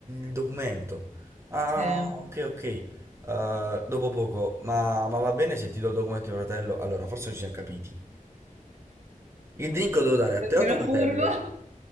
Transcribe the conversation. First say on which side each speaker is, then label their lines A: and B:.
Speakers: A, on the right; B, on the right.
A: il documento. Ah,
B: Sì. <laughs>
A: ok, ok. Eh, dopo poco, ma, ma va bene se ti do il documento di mio fratello? Allora, forse non ci siamo capiti. Il drink lo devo dare a
B: Davvero
A: te o a tuo fratello?
B: furbo.